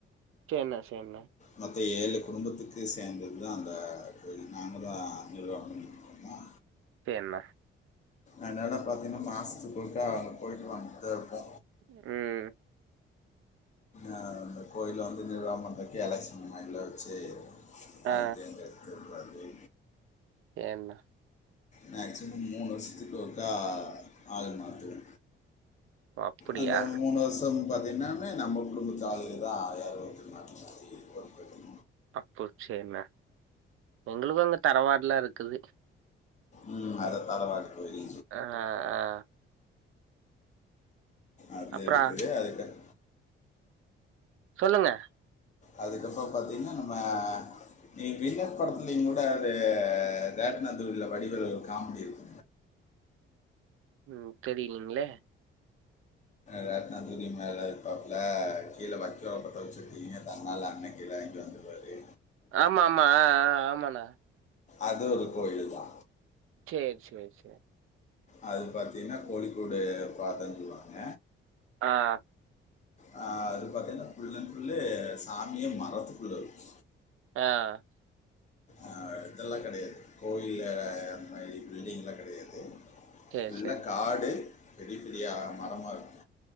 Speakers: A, on the right (about 80°); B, on the left (about 35°).
A: சேரிண சேரிண
B: மத்த ஏழு குடும்பத்துக்கு சேந்தது தா அந்த க நாங்க தா நிர்வாகோ ஆ
A: சேரிண்ணே
B: ஆனால பாத்திங்கன்னா மாசத்துக்கொருக்கா அங்க போயிட்டு வந்துட்டுதா இருப்போ
A: உ
B: ஆ இந்த கோயில வந்து நிர்வாகோ பண்ணுறதுக்கு எலெக்ஷன் மைண்டில் வச்சு அழு
A: ஆ
B: தேந்தது இருபது
A: என்ன
B: மேக்சிமம் மூணு வருஷத்துக்கு ஒருக்கா ஆள் மாத்துவோ
A: ஓ அப்படியா
B: அந்த மூணு வருசோ பாத்தீங்கன்னாமே நம்ம குடும்பத்தாலளுக தா யார <unintelligible>
A: அப்போ சரிண்ணே எங்களுக்கு அங்க தரவாடல்லா இருக்குது
B: உ அது தரவாடி கோரி
A: ஆ ஆ
B: அது
A: அப்புறோ
B: இருக்குது அதுக்கடு
A: சொல்லுங்க
B: அதுக்கப்புறோ பாத்தீங்கன்னா நம்ம நீ வின்னர் படத்துலயு கூட அது <unintelligible> வடிவேல் ஒரு காமெடி இருக்கு
A: உ தெரியலைங்களே
B: ரத்னாதுரி மேலது போக்கத்தில் கீழே வைக்கோர பற்ற வச்சுருக்கிங்க தன்னால் அண்ணன் கீழ வாங்கி வந்து வரி
A: ஆமா ஆமா ஆ ஆமாண்ண
B: அது ஒரு கோயிலு தா
A: சேரி சேரி சேரி
B: அது பாத்திங்னா கோழிக்கூடு பாத்தன் சொல்லுவாங்க
A: ஆ
B: அ அது பாத்தீங்கனா ஃபுல்லன் ஃபுல்லு சாமியே மரத்துக்குள்ள இருக்கு
A: ஆ
B: அ இதெல்லா கெடையாது கோயில்ல அந்த மாரி பில்டிங்லா கெடையாது
A: சேரி
B: எல்லா
A: சேரிண்ணா
B: காடு பெரிய பெரியா மரமா இருக்கு